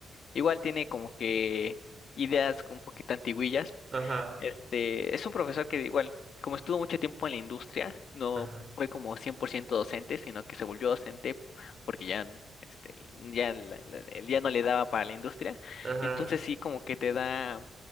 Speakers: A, on the left; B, on the right.
A: igual tiene como que ideas un poquito antiguillas
B: <laughs> Ajá.
A: este, es un profesor que igual, como estuvo mucho tiempo en la industria, no
B: Ajá.
A: fue como 100% docente, sino que se volvió docente porque ya, este, ya, la- la- el- ya no le daba para la industria.
B: Ajá.
A: Entonces sí, como que te da